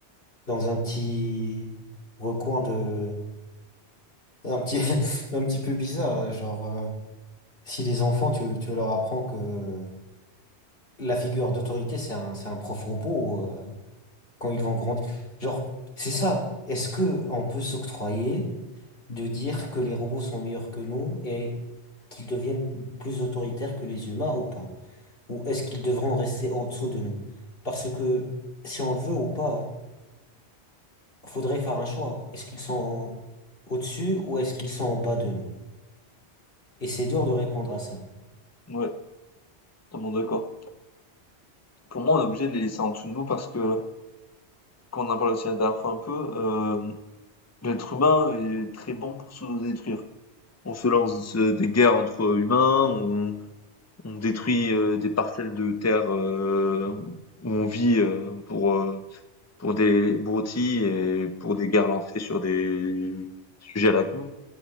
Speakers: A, on the left (about 60°); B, on the left (about 15°).
A: dans un petit recoin de, un petit, <laughs> un petit peu bizarre, hein. genre, euh, si les enfants, tu, tu leur apprends que la figure d'autorité, c'est un, c'est un prof robot, euh, quand ils vont grandir. Genre, c'est ça. Est-ce que on peut s'octroyer de dire que les robots sont meilleurs que nous et qu'ils deviennent plus autoritaires que les humains ou pas? ou est-ce qu'ils devront rester en dessous de nous? Parce que si on le veut ou pas, faudrait faire un choix. Est-ce qu'ils sont au-dessus ou est-ce qu'ils sont en bas de nous? Et c'est dur de répondre à ça.
B: Ouais, totalement d'accord. Pour moi, on est obligé de les laisser en dessous de nous parce que, quand on en parle aussi la dernière fois un peu, euh, L'être humain est très bon pour se détruire. On se lance euh, des guerres entre humains, on, on détruit euh, des parcelles de terre euh, où on vit euh, pour euh, pour des broutilles et pour des guerres lancées sur des sujets à la con.